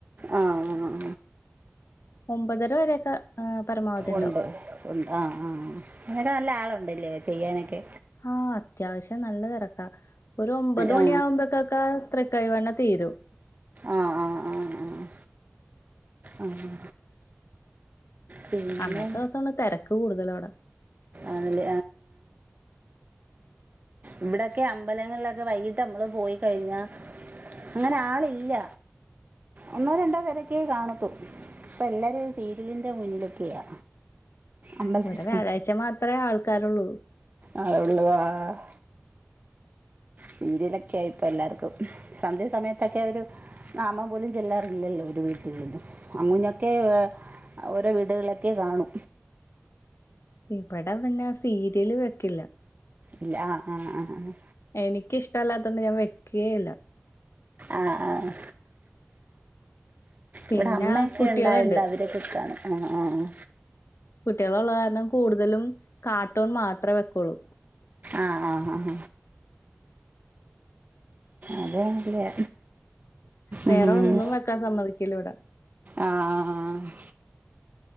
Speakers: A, on the right (about 40°); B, on the left (about 75°).
A: ആഹ്
B: ഒമ്പതര വരെയൊക്കെ പരമാവധി ഉണ്ടാവും
A: ഉണ്ട് ഉണ്ട് ആഹ് ആഹ് അങ്ങനൊക്കെ നല്ല ആളുണ്ടല്ലേ ചെയ്യാനൊക്കെ
B: ഹാത് അത്യാവശ്യം നല്ല തിരക്ക ഒരു ഒമ്പത്
A: ആ
B: മണിയാകുമ്പോക്കക്കെ ത്രിക്കായി വെണ്ണ തീരും
A: ആഹ് ആഹ് ആഹ് ആഹ് ആഹ് പിന്നെ
B: അന്നത്തെ ദിവസാണ് തിരക്ക് കൂടുതലവിടെ
A: അല്ല ഇവിടൊക്കെ അമ്പലങ്ങളിലൊക്കെ വൈകിട്ട് നമ്മള് പോയി കഴിഞ്ഞ അങ്ങനെ ആളില്ല ഒന്നോ രണ്ടോ പേരൊക്കെ കാണത്തുള്ളൂ പ്പ എല്ലാരും സീരിയലിന്റെ മുന്നിലൊക്കെയാ അമ്പൽത്ത്
B: ഇവിടെ വ്യാഴാഴ്ച മാത്രമേ ആൾക്കാരുള്ളൂ
A: ആഹ് ഉള്ളു ആഹ് സീരിയലൊക്കെ ആയിപ്പോ എല്ലാർക്കും സന്ധ്യ സമയത്തൊക്കെ ഒരു നാമം പോലും ചെല്ലാറില്ലല്ലോ ഒരു വീട്ടിലുങ്ങ കേവ് ഓരോ വീടുകളൊക്കെ കാണു
B: ഇവിടെ പിന്നെ ആഹ് സീരിയല് വെക്കില്ല
A: ഇല്ല ആഹ് ആഹ് ആഹ്
B: എനികിഷടല്ലാത്തുകൊണ്ട് ഞാൻ വെക്കുയില്ല
A: ആഹ് ആഹ്
B: പിന്നെ
A: ഇവിടെ അമ്മയൊക്കെ
B: കുട്ടികളുണ്ട്
A: ഉണ്ടായിണ്ട് കിക്കാണ് ആഹ് ആഹ് ആഹ്
B: കുട്ടികളുള്ള കാരണം കൂടുതലും കാർട്ടൂൺ മാത്രമേ വെക്കുള്ളൂ
A: ആഹ ആഹ ആഹ ആഹ അതല്ലേ
B: വേറെ
A: ഉം
B: ഒന്നും വെക്കാൻ സമ്മതിക്കില്ല ഇവിടെ.
A: ആഹ്